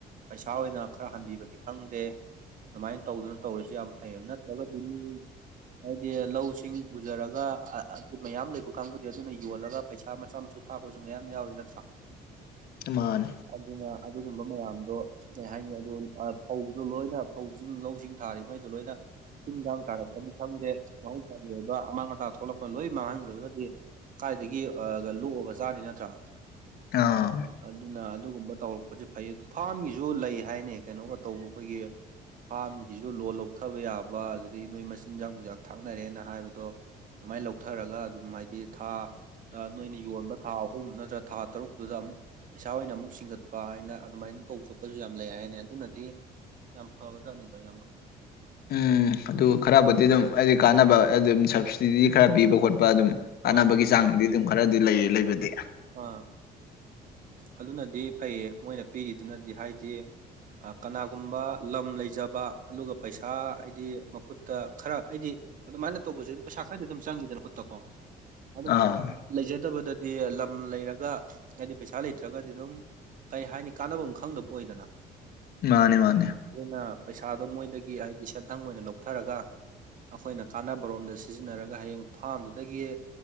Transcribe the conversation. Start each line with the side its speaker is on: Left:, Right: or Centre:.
Right: ꯄꯩꯁꯥ ꯑꯣꯏꯅ ꯈꯔ ꯍꯟꯕꯤꯕꯅꯤ ꯈꯪꯗꯦ ꯑꯗꯨꯃꯥꯏꯅ ꯇꯧꯗꯅ ꯇꯧꯔꯤꯁꯤ ꯌꯥꯝ ꯐꯩꯌꯦꯕ ꯅꯠꯇ꯭ꯔꯒꯗꯤ ꯃꯤ ꯍꯥꯏꯗꯤ ꯂꯧꯁꯤꯡ ꯎꯖꯔꯒ ꯃꯌꯥꯝ ꯂꯩꯕ ꯀꯥꯡꯕꯨꯗꯤ ꯑꯗꯨꯅ ꯌꯣꯜꯂꯒ ꯄꯩꯁꯥ ꯃꯆꯥ ꯃꯁꯨ ꯊꯥꯛꯄꯁꯨ ꯃꯌꯥꯝ ꯌꯥꯎꯔꯤ ꯅꯠꯇ꯭ꯔꯥ
Left: ꯏꯃꯥꯟ
Right: ꯑꯗꯨꯅ ꯑꯗꯨꯒꯨꯝꯕ ꯃꯌꯥꯝꯗꯣ ꯀꯩꯍꯥꯏꯅꯤ ꯑꯗꯨ ꯐꯧꯗꯣ ꯂꯣꯏꯅ ꯐꯧꯖꯤꯡ ꯂꯧꯁꯤꯡ ꯊꯥꯔꯤꯕꯉꯩꯗꯣ ꯂꯣꯏꯅ ꯇꯤꯟꯒꯥꯡ ꯇꯥꯔꯛꯄꯅꯤ ꯈꯪꯗꯦ ꯃꯍꯧꯁꯥꯒꯤ ꯑꯣꯏꯕ ꯑꯃꯥꯡ ꯑꯇꯥ ꯊꯣꯛꯂꯛꯄ ꯂꯣꯏ ꯃꯥꯡꯍꯟꯒ꯭ꯔꯒꯗꯤ ꯀꯥꯏꯗꯒꯤ ꯑ ꯂꯣꯛꯑꯒ ꯆꯥꯅꯤ ꯅꯠꯇ꯭ꯔꯥ
Left: ꯑꯥ
Right: ꯑꯗꯨꯅ ꯑꯗꯨꯒꯨꯝꯕ ꯇꯧꯔꯛꯄꯖꯦ ꯐꯩ ꯑꯗꯨ ꯐꯥꯝꯒꯤꯁꯨ ꯂꯩ ꯍꯥꯏꯅꯦ ꯀꯩꯅꯣꯒ ꯇꯧꯕ ꯑꯩꯈꯣꯏꯒꯤ ꯐꯥꯝꯒꯤꯁꯨ ꯂꯣꯟ ꯂꯧꯊꯕ ꯌꯥꯕ ꯑꯗꯨꯗꯒꯤ ꯅꯣꯏ ꯃꯆꯤꯟꯖꯥꯛ ꯅꯨꯡꯆꯥꯛ ꯊꯥꯛꯅꯔꯦꯅ ꯍꯥꯏꯕꯗꯣ ꯑꯃꯥꯏ ꯂꯧꯊꯔꯒ ꯑꯗꯨꯝ ꯍꯥꯏꯗꯤ ꯊꯥ ꯅꯣꯏꯅ ꯌꯣꯟꯕ ꯊꯥ ꯑꯍꯨꯝ ꯅꯠꯇ꯭ꯔ ꯊꯥ ꯇꯔꯨꯛꯇꯨꯗ ꯑꯃꯨꯛ ꯄꯩꯁꯥ ꯑꯣꯏꯅ ꯑꯃꯨꯛ ꯁꯤꯡꯒꯠꯄ ꯍꯥꯏꯅ ꯑꯗꯨꯃꯥꯏꯅ ꯇꯧ ꯈꯣꯠꯄꯁꯨ ꯌꯥꯝ ꯂꯩ ꯍꯥꯏꯅꯦ ꯑꯗꯨꯅꯗꯤ꯫ ꯐꯕꯖꯥꯠꯅꯤꯗ ꯏꯌꯥꯝꯕ꯫
Left: ꯎꯝ ꯑꯗꯨ ꯈꯔꯕꯨꯗꯤ ꯑꯗꯨꯝ ꯑꯩꯗꯤ ꯀꯥꯟꯅꯕ ꯑꯗꯨꯝ ꯁꯕꯁꯤꯗꯤ ꯈꯔ ꯄꯤꯕ ꯈꯣꯠꯄ ꯑꯗꯨꯝ꯫
Right: ꯍꯣꯏ
Left: ꯀꯥꯟꯅꯕꯒꯤ
Right: ꯍꯣꯏ
Left: ꯆꯥꯡꯗꯤ ꯑꯗꯨꯝ ꯈꯔꯗꯤ ꯂꯩꯌꯦ ꯂꯩꯕꯗꯤ꯫
Right: ꯑ꯫ ꯑꯗꯨꯅꯗꯤ ꯐꯩꯌꯦ ꯃꯣꯏꯅ ꯄꯤꯔꯤꯗꯨꯅꯗꯤ ꯍꯥꯏꯗꯤ꯫ ꯑ ꯀꯅꯥꯒꯨꯝꯕ ꯂꯝ ꯂꯩꯖꯕ ꯑꯗꯨꯒ ꯄꯩꯁꯥ ꯍꯥꯏꯗꯤ ꯃꯈꯨꯠꯇ ꯈꯔ ꯑꯩꯗꯤ꯫ ꯑꯗꯨꯃꯥꯏꯅ ꯇꯧꯕꯁꯦ ꯄꯩꯁꯥ ꯈꯔꯗꯤ ꯑꯗꯨꯝ ꯆꯪꯈꯤꯗꯅ ꯈꯨꯠꯇ ꯀꯣ꯫ ꯑꯗꯨꯝꯕ
Left: ꯑꯥ
Right: ꯂꯩꯖꯗꯕꯗꯗꯤ ꯂꯝ ꯂꯩꯔꯒ ꯍꯥꯏꯗꯤ ꯄꯩꯁꯥ ꯂꯩꯇ꯭ꯔꯒꯗꯤ ꯑꯗꯨꯝ ꯀꯩ ꯍꯥꯏꯅꯤ ꯀꯥꯟꯅꯕꯝ ꯈꯪꯗꯕ ꯑꯣꯏꯗꯅ
Left: ꯃꯥꯅꯦ ꯃꯥꯅꯦ
Right: ꯑꯗꯨꯅ ꯄꯩꯁꯥꯗꯣ ꯃꯣꯏꯗꯒꯤ ꯍꯥꯏꯗꯤ ꯁꯦꯟꯊꯪ ꯑꯣꯏꯅ ꯂꯧꯊꯔꯒ ꯑꯩꯈꯣꯏꯅ ꯀꯥꯟꯅꯕꯔꯣꯝꯗ ꯁꯤꯖꯤꯟꯅꯔꯒ ꯍꯌꯦꯡ ꯐꯥꯝꯗꯨꯗꯒꯤ